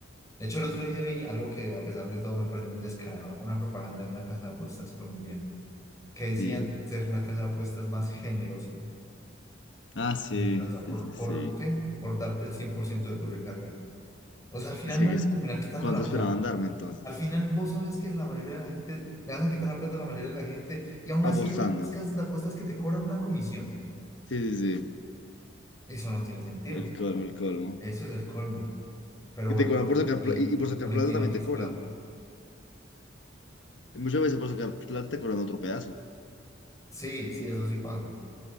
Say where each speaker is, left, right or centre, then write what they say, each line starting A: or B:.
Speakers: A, on the left; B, on the left.
A: De hecho, el otro día vi algo que a pesar de todo me parece muy descarado, una propaganda de una casa de apuestas colombiana que
B: Sí.
A: decían ser la casa de apuestas más generosa,
B: Ah, sí,
A: generosa.
B: sí,
A: ¿Por,
B: sí,
A: por
B: sí.
A: qué? Por darte el 100% de tu recarga. O sea, al final
B: Es que,
A: me
B: que
A: van
B: es-
A: a terminar quitando
B: ¿cuánto
A: la
B: esperaban
A: plata.
B: darme entonces?
A: Al final vos sabes que la mayoría de la gente, le vas a quitar la plata a la mayoría de la gente y aún así
B: Apostando.
A: hay otras casas de apuestas que te cobran una comisión.
B: Sí, sí, sí.
A: Eso no tiene sentido.
B: El colmo, el colmo.
A: Eso es el colmo. Pero
B: Y
A: bueno,
B: te cobran por sacar
A: y
B: plata. Y, y por sacar
A: también
B: plata
A: tiene
B: también
A: otros
B: te cobran.
A: clavos.
B: Y muchas veces por sacar plata te cobran otro pedazo.
A: Sí, sí, eso sí pasa.